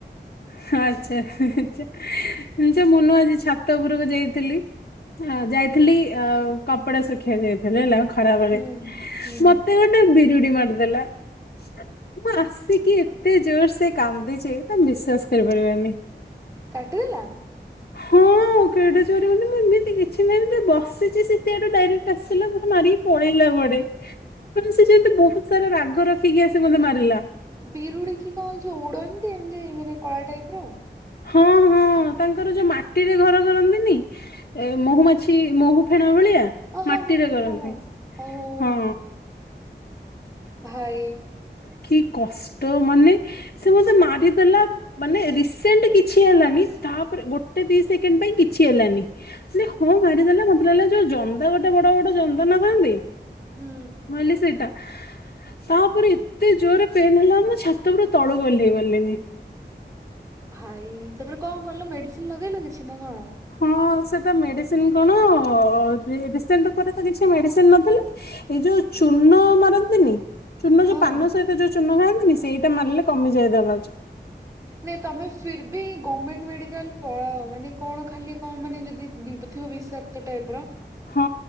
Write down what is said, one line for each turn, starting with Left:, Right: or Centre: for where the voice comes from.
Left: ହଁ ଆଚ୍ଛା-ଆଚ୍ଛା ଯୋଉ ମୁନୁ ଆଜି ଛାତପୁରକୁ ଯାଇଥିଲି, ହଁ ଯାଇଥିଲି ଆ କପଡ଼ା ଶୁଖିବାକୁ ଯାଇଥିଲା ହେଲା ଅ ଖରାବେଳେ
Right: ହୁଁ ହୁଁ
Left: ମତେ ଗୋଟ୍ ନା ବିଜୁଡ଼ି ମାରି ଦେଲା କଣ ଆସ୍ ସେ କି ଏତେ ଜୋର ସେ କାଦୀଛି ତାମ୍ ବିଶ୍ଵାସ୍ କରିପାରିବନି,
Right: କାଟିଦେଲା,
Left: ହଁ, ହଉ କେଡେ ଚୋରେ ମନେ-ମନେ ଏମିତି କିଛି ନାହିଁ ତୁ ବସିଛି ସେଆଡ଼ୁ ଡାଇରେକ୍ଟ୍ ଆସିଲା ମତେ ମାରିକି, ପଳେଇଲା ବଡେ ମାନେ ସେ ଯେମିତି ବହୁତ୍ ସାରା ରାଗ ରଖିକି ଆସି ମତେ ମାରିଲା,
Right: ବିରୁଡି଼କି କଣଛ ଉଡ଼ନ୍ତି ଏମିତି ମାନେ କଳା ଟାଇପ୍ ର ଆଉ,
Left: ହଁ-ହଁ ତାଙ୍କର ଯୋଉ ମାଟିରେ ଘର କରନ୍ତିନି ଏ ମହୁମାଛି, ତି ମହୁ ଫେଣା ଭଳିଆ
Right: ଓ ହଁ
Left: ମାଟିରେ
Right: ହଁ ହଁ
Left: କରନ୍ତି
Right: ହଁ ହଁ ଓହୋ
Left: ହଁ,
Right: ଭାଇ,
Left: କି କଷ୍ଟ ମାନେ ସେ ମତେ ମାରିଦେଲା, ମାନେ ରିସେଣ୍ଟ୍ କିଛି ହେଲାନି ତାପରେ ଗୋଟେ ଦି ସେକେଣ୍ଡ୍ ପାଇଁ କିଛି ହେଲାନି, ଥିଲେ ହଁ ମାରିଦେଲା ମତେ ଲାଗିଲା ଯୋଉ ଜନ୍ଦା ଗୋଟେ ବଡ଼-ବଡ଼ ଜନ୍ଦା ନ ଥାନ୍ତି,
Right: ହୁଁ
Left: ମଲି ସେଇଟା, ତାପରେ ଏତେ ଜୋରରେ ପେନ୍ ହେଲା ମୁଁ ଛାତ ଉପୁରା ତଳକୁ ଗହ୍ଲେଇ ଗଲିନି,
Right: ଭାଇ ତାପରେ କଁ କଲ ମେଡ଼ିସିନ୍ ଲଗେଇଲ କିଛି ନା କଣ,
Left: ହଁ ସେଟା ମେଡ଼ିସିନ୍ କଣ ଡି ଡିଟେନ୍ ଉପରେ ତ କିଛି ମେଡ଼ିସିନ୍ ନ ଥିଲା, ଏଇ ଯୋଉ ଚୂନ ମାରନ୍ତିନି, ଚୂନ
Right: ହଁ।
Left: ଯୋଉ ପାନ୍ ସହିତ ଯୋଉ ଚୂନ ଖାଆନ୍ତିନି ସେଇଟା ମାରିଲେ କମି ଯାଏ ଦରଦ୍,
Right: ନାଇଁ ତମେ ଫିର୍ ବି ଗଭର୍ମେଣ୍ଟ୍ ମେଡିକାଲ ପଳାଅ ମାନେ କଣ ଖାଲି କଁ ମାନେ ଯଦି, ବିପତି ଓ ବିଷାକ୍ତ୍ ଟାଇପ୍ ର,
Left: ହଁ